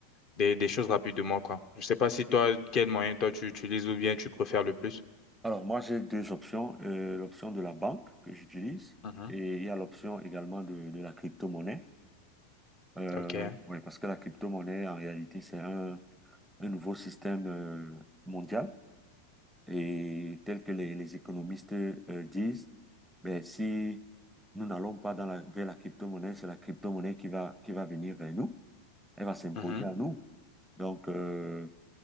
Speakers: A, on the left (about 45°); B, in the centre.
A: des, des choses rapidement, quoi. Je sais pas si toi, quel moyen toi tu utilises ou bien tu préfères le plus.
B: Alors moi, j'ai deux options. Euh, l'option de la banque que j'utilise
A: Mhm,
B: et il y a l'option également de, de la crypto-monnaie. Euh,
A: OK.
B: oui, parce que la crypto-monnaie, en réalité, c'est un, un nouveau système euh, mondial Et tel que les, les économistes euh, disent, ben, si nous n'allons pas dans la, vers la crypto-monnaie, c'est la crypto-monnaie qui va, qui va venir vers nous. Elle va s'imposer
A: mhm,
B: à nous. Donc, euh,